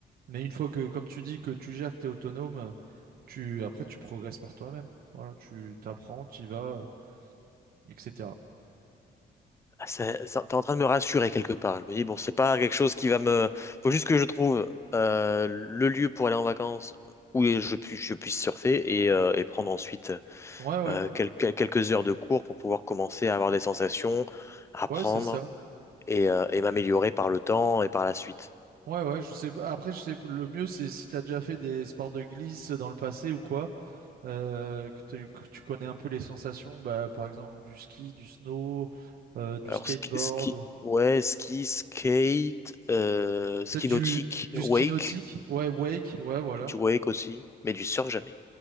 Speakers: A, on the right (about 65°); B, on the left (about 15°).
A: Mais une fois que, comme tu dis, que tu gères, que tu es autonome, euh, tu après tu progresses par toi-même. Voilà, tu t'apprends, tu y vas, euh, etc.
B: Ah, ça- ça- t'es en train de me rassurer quelque part. Je me dis, bon, c'est pas quelque chose qui va me... Faut juste que je trouve euh, le lieu pour aller en vacances où je, puis, je puisse surfer et, euh, et prendre ensuite
A: Ouais, ouais,
B: euh, quel- quel- quelques heures de cours pour pouvoir commencer à avoir des sensations, apprendre
A: ouais, c'est ça.
B: et, euh, et m'améliorer par le temps et par la suite.
A: Ouais, ouais, je sais pas. Après, je sais, le mieux, c'est si t'as déjà fait des sports de glisse dans le passé ou quoi. euh, que, tu que tu connais un peu les sensations, bah, par exemple du ski, du snow, euh, du
B: Alors,
A: skateboard,
B: ski, ski, ouais, ski, skate, euh, ski
A: peut-être du,
B: nautique,
A: du
B: wake.
A: ski nautique, ouais, wake, ouais, voilà.
B: Du wake aussi, mais du surf jamais.